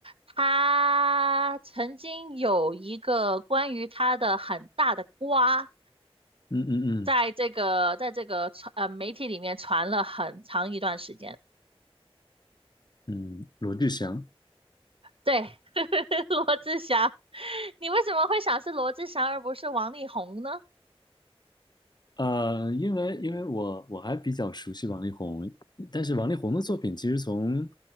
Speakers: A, on the right; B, on the left.
A: 他曾经有一个关于他的很大的瓜，
B: 嗯嗯嗯
A: 在这个在这个传呃媒体里面传了很长一段时间。
B: 嗯，嗯罗志祥。
A: 对，<laughs> 罗志祥，你为什么会想是罗志祥而不是王力宏呢？
B: 呃，因为因为我我还比较熟悉王力宏，但是王力宏的作品其实从